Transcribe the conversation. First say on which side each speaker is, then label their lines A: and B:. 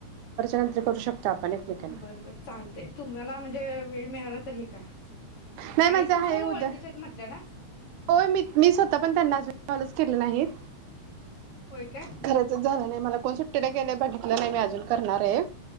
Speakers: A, on the right; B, on the left.
A: नंतर करू शकतो आपण एकमेकांना
B: बरबर चालते तुम्हाला म्हणजे वेळ मिळाला. तर हे करा.
A: नाही
B: आणि
A: माझं
B: तुमच्या
A: आहे
B: कोण
A: उद्या
B: ओळखीच्या आहेत म्हटल्या ना
A: होय मी मि स्वता पण त्यांना. कॉलच केले नाहीत.
B: होय काय
A: घराचच झालं नाही मला कोण सुट्टीला गेल <unintelligible> भट नाही नाही मी अजून करणार हे